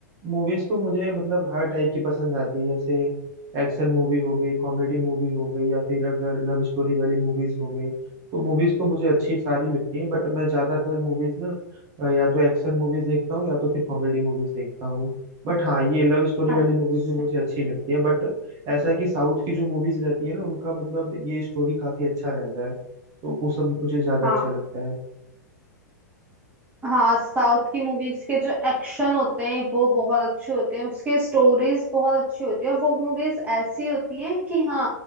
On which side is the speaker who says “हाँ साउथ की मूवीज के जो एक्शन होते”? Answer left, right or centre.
Right